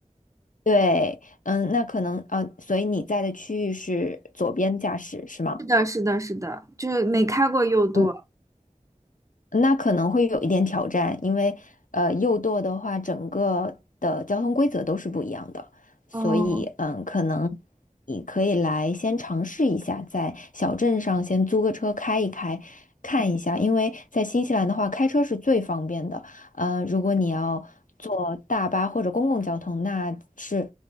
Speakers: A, on the left; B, on the right.
A: 对，嗯，那可能呃，所以你在的区域是左边驾驶是吗？
B: 是的，是的，是的，就是没开过又多。
A: 嗯。那可能会有一点挑战，因为呃，右舵的话，整个的交通规则都是不一样的，所以嗯，
B: 哦，
A: 可能你可以来先尝试一下，在小镇上先租个车开一开，看一下，因为在新西兰的话，开车是最方便的。呃，如果你要坐大巴或者公共交通，那是